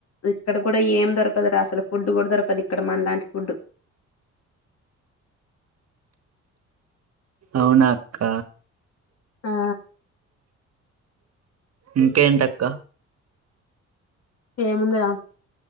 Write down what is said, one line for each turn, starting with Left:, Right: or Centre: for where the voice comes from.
Left: ఇక్కడ కూడా ఏం దొరకదురా అసలు ఫుడ్ కూడా దొరకదు ఇక్కడ మనలాంటి ఫుడ్డు
Right: అవునా అక్క
Left: ఆ
Right: ఇంకేేంటక్క
Left: ఏ ముందరా